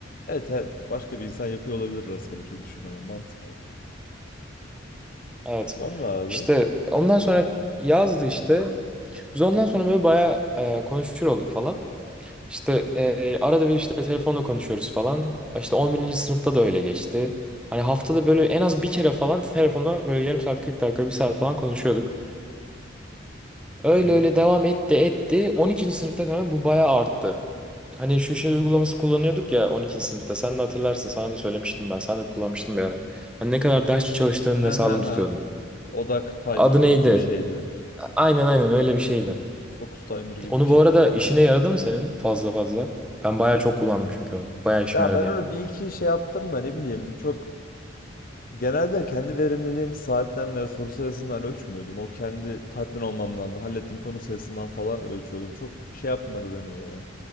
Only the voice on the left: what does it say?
Evet, evet. Başka bir insan yapıyor olabilir rastgele çok düşünmeden. Mantıklı.
Sonra abi.
Hı hı.
Ha
ha
ha. Odak timer
tarzı
bir şeydi.
Focus timer gibi
bir şeydi
herhalde.
aynen.
Ya
ben
öyle bir iki şey yaptım da ne bileyim çok genelde kendi verimliliğimi saatten veya soru sayısından ölçmüyordum. O kendi tatmin olmamdan da hallettiğim konu sayısından falan ölçüyordum. Çok şey yapmadı beni o ya.